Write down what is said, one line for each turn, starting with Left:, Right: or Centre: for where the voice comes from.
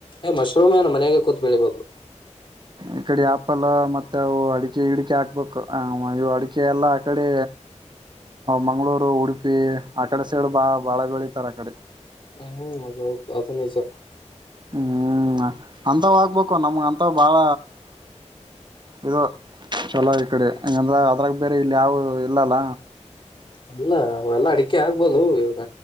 Left: ಏ್ಶೂಮ್ ನನ್ ಮನೆಗೆ ಕೂತ್ ಬಿಳಿಬಹುದು
Right: ಈ ಕಡೆ ಆಪಲ್ ಮತ್ತೆ ಅವು ಅಡಿಕೆ ಇಡಿಕೆ ಹಾಕ್ಬೇಕು ಇ ಅಡಿಕೆ ಎಲ್ಲಾ ಆಕಡೆ ಮಂಗ್ಗಳೂರು ಉಡುಪಿ ಆ ಕಡೆ ಸೈಡ್ ಬಾ ಬಾಳ ಬೆಳಿತಾರ ಅಕಡೆ
Left: ಹ್ಮ್ ಅ ಅದನಷ <unintelligible>
Right: ಹ್ಮ್ ಅಂತ್ ಆಗ್ಬೇಕು ನಮ್ಗಂತ ಬಾಳ ಇದು ಚಲೋ ಈ ಕಡೆ ಹಂಗಂದ್ರ ಅದ್ರಾಗ ಬೇರೆ ಇಲ್ಲಿ ಯಾವ ಇಲ್ಲಲ್ಲ
Left: ಅಲ್ಲ ಅವ ಎಲ್ಲಾ ಅಡಿಕೆ ಆಗ್ಬೋದು ಇವಾಗ